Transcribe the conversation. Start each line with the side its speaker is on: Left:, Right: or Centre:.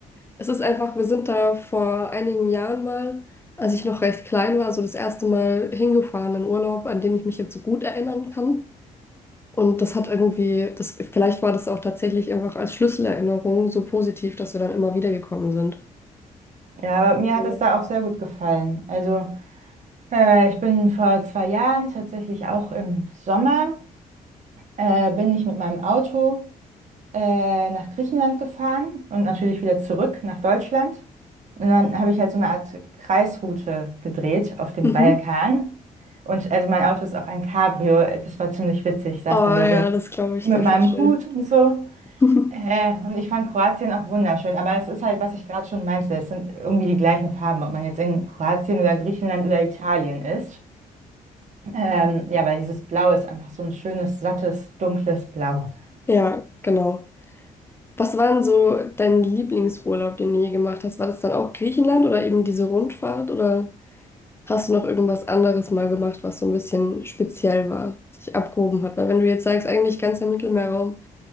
Left: es ist einfach, wir sind da vor einigen Jahren mal, als ich noch recht klein war, so das erste Mal hingefahren in Urlaub, an den ich mich jetzt so gut erinnern kann. Und das hat irgendwie, das, vielleicht war das auch tatsächlich einfach als Schlüsselerinnerung so positiv, dass wir dann immer wieder gekommen sind.
Right: Ja, aber mir
Left: Also,
Right: hat es da auch sehr gut gefallen. Also Äh, ich bin vor zwei Jahren, tatsächlich auch im Sommer, äh, bin ich mit meinem Auto äh, nach Griechenland gefahren und natürlich wieder zurück nach Deutschland. Und dann habe ich halt so eine Art Kreisroute gedreht auf dem
Left: mhm.
Right: Balkan. Und also mein Auto ist auch ein Cabrio. Das war ziemlich witzig. Ich saß
Left: Oh
Right: dann da
Left: ja,
Right: so
Left: das glaube ich
Right: mit
Left: dir
Right: meinem
Left: voll schön.
Right: Hut und so.
Left: <laughs>
Right: Äh, und ich fand Kroatien auch wunderschön. Aber es ist halt, was ich gerade schon meinte, es sind irgendwie die gleichen Farben, ob man jetzt in Kroatien oder Griechenland oder Italien ist. Ähm, ja, weil dieses Blau ist einfach so ein schönes, sattes, dunkles Blau.
Left: Ja, genau. Was war denn so dein Lieblingsurlaub, den du je gemacht hast? War das dann auch Griechenland oder eben diese Rundfahrt? Oder hast du noch irgendwas anderes mal gemacht, was so ein bisschen speziell war, sich abgehoben hat? Weil wenn du jetzt sagst, eigentlich ganz der Mittelmeerraum,